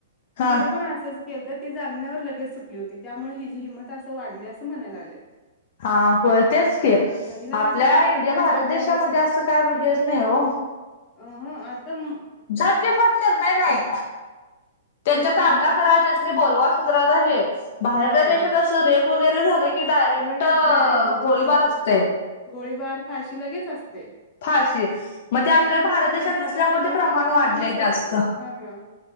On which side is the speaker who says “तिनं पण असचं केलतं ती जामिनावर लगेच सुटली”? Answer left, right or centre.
Left